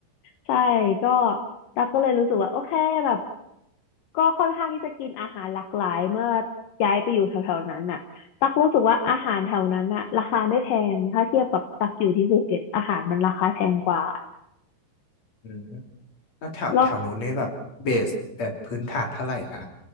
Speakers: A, on the left; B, on the left.
A: ใช่ก็ตักก็เลยรู้สึกว่าโอเคแบบก็ค่อนข้างที่จะกินอาหารหลากหลายเมื่อย้ายไปอยู่แถวๆนั้นน่ะตักรู้สึกว่าอาหารแถวนั้นน่ะราคาไม่แพงถ้าเทียบกับตักอยู่ที่ภูเก็ตอาหารมันราคาแพงกว่า
B: อืมแล้วแถวแถวนู้นเนี่ยแบบเบสแบบพื้นฐานเท่าไหร่ล่ะ
A: แล้ว